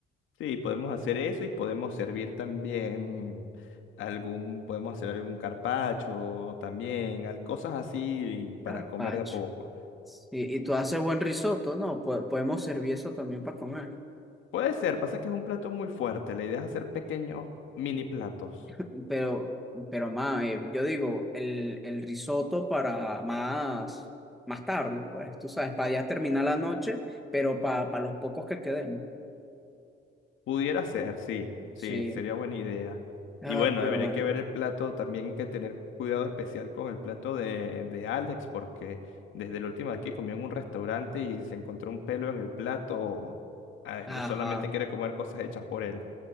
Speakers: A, on the left; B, in the centre.
A: Sí, podemos hacer eso y podemos servir también algún, podemos hacer algún carpacho también, al- cosas así
B: Carpaccio.
A: para comer de a poco.
B: Y, y tú haces buen risotto, ¿no? Po- podemos servir eso también para comer.
A: Puede ser, pasa que es un plato muy fuerte, la idea es hacer pequeños mini platos.
B: <laughs> Pero, pero más, eh, yo digo, el, el risotto para más, más tarde, pues, tú sabes, para ya terminar la noche, pero para, para los pocos que quedemos.
A: Pudiera ser, sí, sí,
B: Sí.
A: sería buena idea.
B: Ah,
A: Y bueno,
B: pero
A: habría
B: bueno.
A: que ver el plato, también hay que tener cuidado especial con el plato de, de Alex, porque desde la última vez que comió en un restaurante y se encontró un pelo en el plato, ah,
B: Ajá.
A: no solamente quiere comer cosas hechas por él.